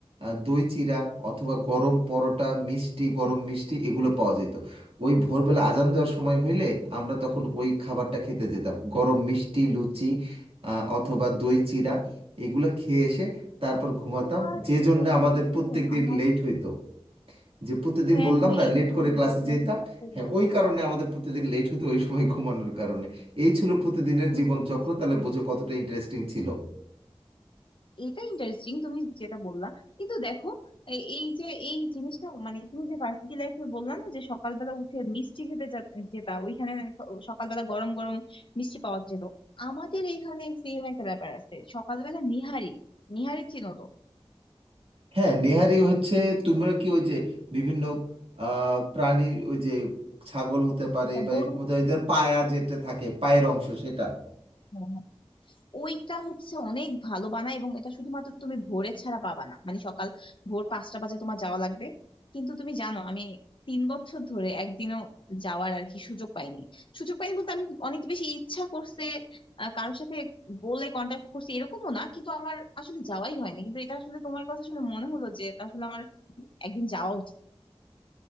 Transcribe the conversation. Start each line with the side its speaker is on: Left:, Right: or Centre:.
Right: আহ, দই চিরা অথবা গরম পরোটা মিষ্টি গরম মিষ্টি এগুলো পাওয়া যেত ওই ভোরবেলা আজান দেওয়ার সময় হইলে আমরা তখন ওই খাবারটা খেতে যেতাম গরম মিষ্টি লুচি আহ, অথবা দই চিরা এগুলো খেয়ে এসে তারপর
Left: ও,
Right: ঘুমাতাম
Left: তোমার
Right: যে
Left: এই
Right: জন্য
Left: কথাটা
Right: আমাদের
Left: শুনে
Right: প্রত্যেক দিন
Left: আমার
Right: লেট হইতো যে প্রতিদিন
Left: হ্যাঁ
Right: বললাম
Left: হ্যাঁ
Right: না
Left: এই
Right: লেট
Left: যে তুমি
Right: করে
Left: যে
Right: ক্লাসে
Left: বললে
Right: যেতাম
Left: হঠাৎ করে
Right: হ্যাঁ ওই কারণে আমাদের প্রতিদিন লেট হতো ওই সময় ঘুমানোর কারণে এই ছিল প্রতিদিনের
Left: বুঝতে
Right: জীবনচক্র
Left: পারছি
Right: তাহলে বোঝো কতটা ইন্টারেস্টিং ছিল
Left: এটা ইন্টারেস্টিং তুমি যেটা বললা কিন্তু দেখো এ- এই যে এই জিনিসটা মানে তুমি যে ভার্সিটি লাইফে বললা না যে সকালবেলা উঠে মিষ্টি খেতে যা- যেতা ওইখানে স- সকালবেলা গরম গরম মিষ্টি পাওয়া যেত আমাদের এখানে সেম একটা ব্যাপার আছে সকালবেলা নিহারি নিহারি চিনো তো
Right: হ্যাঁ নেহারি হচ্ছে তোমরা কি ওই যে বিভিন্ন আহ প্রাণীর ওই যে ছাগল হতে পারে বা
Left: গরু
Right: এরকম হতে পারে এদের পায়া যেটা থাকে পায়ের অংশ সেটা
Left: গরু ওইটা হচ্ছে অনেক ভালো বানায় এবং এটা শুধুমাত্র তুমি ভোরে ছাড়া পাবা না মানে সকাল ভোর পাঁচটা বাজে তোমার যাওয়া লাগবে কিন্তু তুমি জানো আমি তিন বছর ধরে একদিনও যাওয়ার আর কি সুযোগ পাইনি সুযোগ পাইনি বলতে আমি অনেক বেশি ইচ্ছা করছে আহ, কারোর সাথে বলে কন্ট্যাক্ট করছে এরকমও না কিন্তু আমার আসলে যাওয়াই হয়নি কিন্তু এটা আসলে তোমার কথা শুনে মনে হলো যে এটা আসলে আমার একদিন যাওয়া উচিত